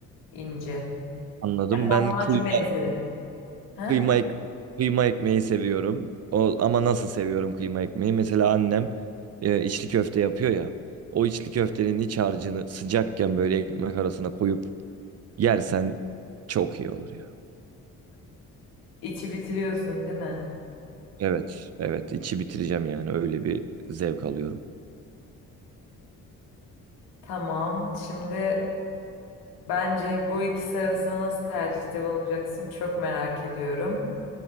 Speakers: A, on the left; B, on the right.
A: ince.
B: Anladım.
A: Lahmacun
B: Ben kıyma,
A: benzeri. He?
B: kıyma, ek- kıyma ekmeği seviyorum. O, ama nasıl seviyorum kıyma ekmeği? Mesela annem e, içli köfte yapıyor ya. O içli köftenin iç harcını sıcakken böyle ekmek arasına koyup yersen çok iyi olur ya.
A: İçi bitiriyorsun değil mi?
B: Evet, evet. içi bitireceğim yani. Öyle bir zevk alıyorum.
A: Tamam. Şimdi bence bu ikisi arasında nasıl tercihte bulunacaksın çok merak ediyorum.